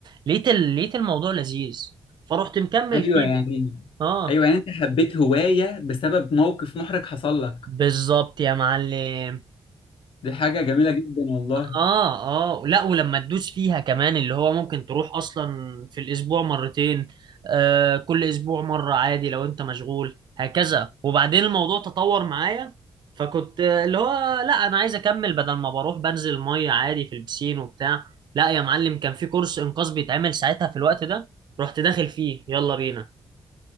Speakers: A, on the right; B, on the left.
A: لقيت ال... لقيت الموضوع لذيذ فرحت مكمل
B: ايوه
A: فيه
B: يعني
A: بقى. اه
B: ايوه يعني انت حبيت هوايه بسبب موقف محرج حصل لك
A: بالظبط يا معلم
B: دي حاجه جميله جدا والله
A: اه اه لا ولما تدوس فيها كمان اللي هو ممكن تروح اصلا في الاسبوع مرتين آه كل اسبوع مرة عادي لو انت مشغول هكذا وبعدين الموضوع تطور معايا فكنت آه، اللي هو لا انا عايز اكمل بدل ما بروح بنزل مية عادي في البسين وبتاع لا يا معلم كان في كورس انقاذ بيتعمل ساعتها في الوقت ده رحت داخل فيه يلا بينا